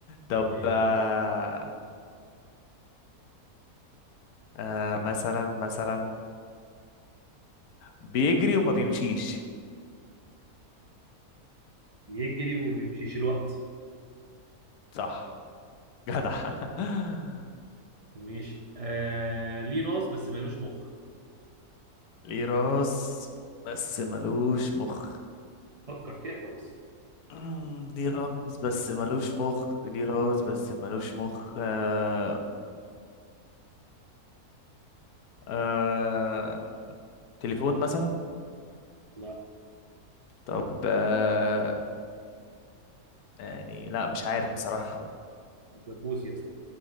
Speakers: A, on the left; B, on the right.
A: طب
B: ماشي
A: آه آه مثلا مثلا بيجري وما بيمشيش
B: يجري وما بيمشيش الوقت
A: صح جدع <laughs>
B: ماشي آه ليه راس بس مالوش مخ
A: ليه راس بس ملوش مخ
B: فكر فيها كويس
A: مم، ليه راس بس ملوش مخ ليه راس بس ملوش مخ آه آه تليفون مثلا
B: لا
A: طب آه يعني لا مش عارف بصراحة
B: الدبوس يا اسطى